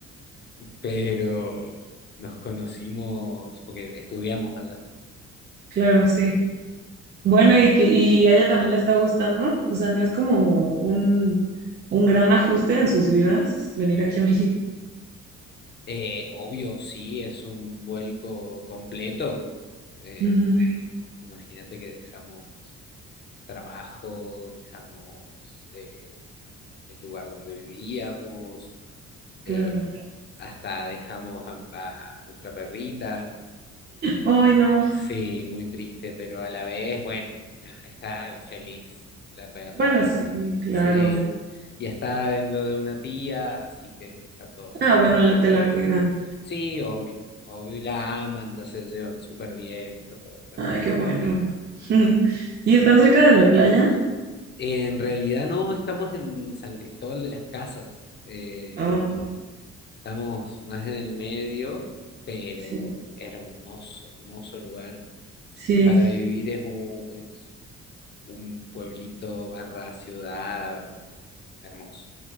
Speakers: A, on the left; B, on the right.
A: pero nos conocimos porque estudiamos allá.
B: Claro, sí. Bueno, y que, y a ella también le está gustando. O sea, no es como un, un gran ajuste en sus vidas venir aquí a México.
A: Eh, obvio, sí, es un vuelco completo. Eh,
B: Ujú,
A: imagínate que dejamos trabajo, dejamos eh, el lugar donde vivíamos, eh,
B: claro.
A: hasta dejamos a, a nuestra perrita.
B: Ay, no.
A: Sí, muy triste, pero a la vez, bueno, está feliz la perra.
B: Bueno, sí, claro.
A: Sí, y está en lo de una tía, así que está todo más
B: Ah, bueno,
A: que bien.
B: la, te la cuidan.
A: Sí, obvio, obvio, y la aman, ya se llevan súper bien, está todo perfecto.
B: Ay, qué bueno. <laughs> ¿Y están cerca de la playa?
A: En realidad no estamos en San Cristóbal de las Casas, eh,
B: Ah,
A: estamos más en el medio, pero
B: sí,
A: hermoso, hermoso lugar.
B: sí,
A: Para vivir es un, es un pueblito barra ciudad hermoso.